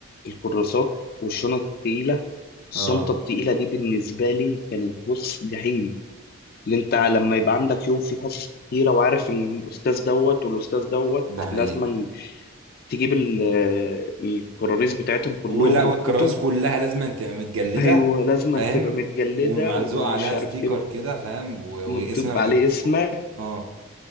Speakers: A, on the left; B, on the right.
A: الكراسات والشنط التقيله الشنطه
B: اه
A: التقيله دي بالنسبه لي كانت بص جحيم اللي انت لما يبقى عندك يوم فيه حصص كتيره وعارف الاستاذ دوت والاستاذ دوت
B: ده حقيقة
A: لازما تجيب ال- الكراريس بتاعتهم كلهم
B: ولا والكراسي
A: والكتب
B: كلها لازم تبقى متجلدة
A: ايوه لازما
B: فاهم
A: تبقى متجلده
B: ومعلزوق
A: ومش
B: عليها
A: عارف
B: ستيكر
A: تبقى
B: كده فاهم و-
A: مكتوب
B: والاسم
A: عليه
B: مكتوب
A: اسمك
B: اه